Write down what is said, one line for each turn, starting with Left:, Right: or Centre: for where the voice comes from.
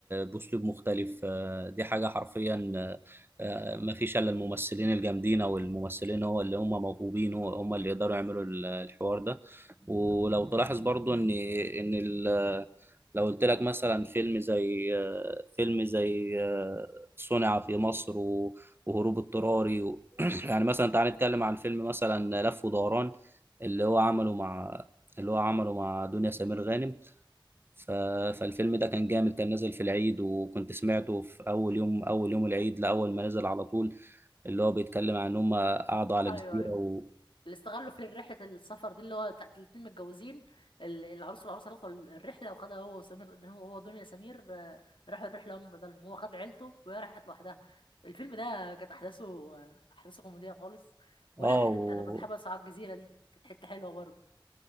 Right: باسلوب مختلف آه، دي حاجه حرفيا آه، ما فيش الا الممثلين الجامدين او الممثلين هو اللي هم موهوبين هو هم اللي يقدروا يعملوا ال- الحوار ده ولو تلاحظ برضو ان ان ال لو قلت لك مثلا فيلم زي فيلم زي صنع في مصر و- وهروب اضطراري و... <clears throat> يعني مثلا تعال نتكلم عن فيلم مثلا لف ودوران اللي هو عمله مع اللي هو عمله
Left: م.
Right: مع دنيا سمير غانم ف... فالفيلم ده كان جامد كان نازل في العيد وكنت سمعته في اول يوم اول يوم العيد لاول ما نزل على طول اللي هو بيتكلم عن ان هم قعدوا على
Left: ايوه
Right: جزيرة
Left: ايوه
Right: و...
Left: اللي استغلوا في رحلة السفر دي اللي هو بتاعت الاتنين متجوزين ال- العروس والعروسة اللي اخدوا الرحلة وخدها هو وسمير هو دنيا سمير آه، راحوا الرحلة هم بدلهم هو خد عيلته وهي راحت لوحدها الفيلم ده كانت أحداثه آه، أحداثه كوميدية خالص ولا
Right: اه
Left: الحتة بتاعت لما اتحبسوا على الجزيرة دي كانت حتة حلوة برضه